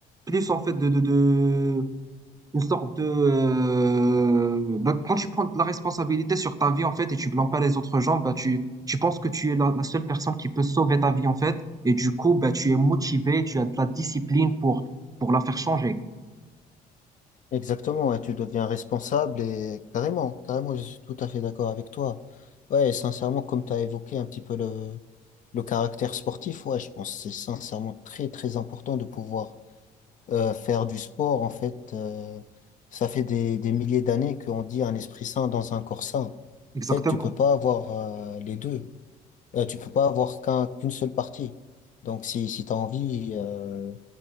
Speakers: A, on the right (about 20°); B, on the left (about 50°).
A: plus en fait de, de, de une sorte de euh, bah, quand tu prends de la responsabilité sur ta vie en fait et tu blâmes pas les autres gens, bah tu tu penses que tu es la, la seule personne qui peut sauver ta vie en fait et du coup bah tu es motivé, tu as de la discipline pour pour la faire changer.
B: Exactement, ouais, tu deviens responsable et carrément, carrément, je suis tout à fait d'accord avec toi. Ouais, et sincèrement, comme tu as évoqué un petit peu le, Le caractère sportif, ouais, je pense que c'est sincèrement très très important de pouvoir euh, faire du sport. En fait, euh, ça fait des, des milliers d'années qu'on dit un esprit sain dans un corps sain.
A: Exactement.
B: En fait, tu peux pas avoir euh, les deux. Euh, tu peux pas avoir qu'un, qu'une seule partie. Donc, si, si tu as envie, euh,